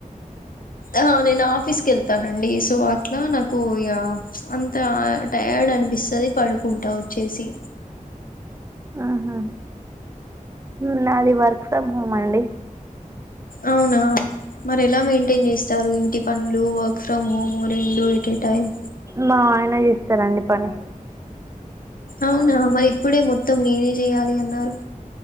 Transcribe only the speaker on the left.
ఆ నేను ఆఫీస్కి ఎళ్తానండి, సో అట్లా నాకు ఇగా అంత టైర్డ్ అనిపిస్తది, పడుకుంట వచ్చేసి.
అవునా మరి ఎలా మెయింటైన్ జేస్తారు? ఇంటి పనులు, వర్క్ ఫ్రమ్ హోమ్ రెండు అట్ ఎ టైమ్?
అవునా, మరి ఇప్పుడే మొత్తం నేనే జేయాలి అన్నారు.